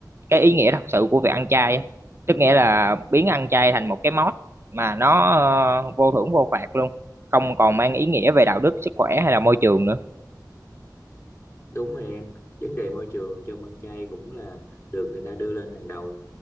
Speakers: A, on the right (about 35°); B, on the left (about 35°).
A: cái ý nghĩa thật sự của việc ăn chay á. tức nghĩa là biến ăn chay thành một cái mốt mà nó ờ, vô thưởng vô phạt luôn không còn mang ý nghĩa về đạo đức sức khỏe hay là môi trường nữa
B: đúng rồi em vấn đề môi trường trong ăn chay cũng là được người ta đưa lên hàng đầu